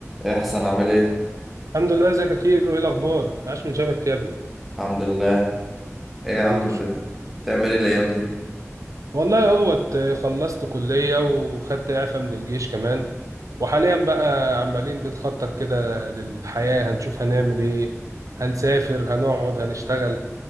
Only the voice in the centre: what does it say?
ايه يا حسن عامل ايه
الحمد لله ايه يا عم
ب... بتعمل ايه الايام دي